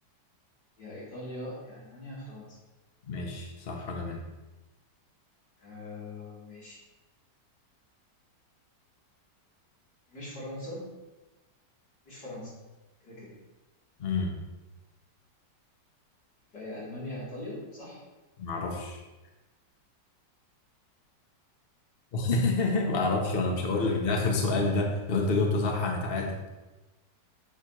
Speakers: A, on the left; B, on the left.
A: يا إيطاليا يا ألمانيا يا فرنسا
B: ماشي صح حاجه منهم
A: آه ماشي مش فرنسا مش فرنسا كده كده
B: امم
A: يبقى يا ألمانيا يا إيطاليا صح
B: ما اعرفش <laughs> ما اعرفش
A: واحدة
B: وانا
A: النهاردة
B: مش هقول لك ده اخر سؤال ده لو انت جاوبته صح هنتعادل